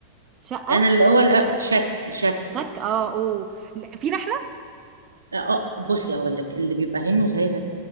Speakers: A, on the right (about 30°); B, on the right (about 75°).
A: شقه
B: انا الاول أ- شك شك
A: لك اه اوه لا، فينا احنا
B: اه آه، بصي هقول لك اللي بيبقى هنا وزايغه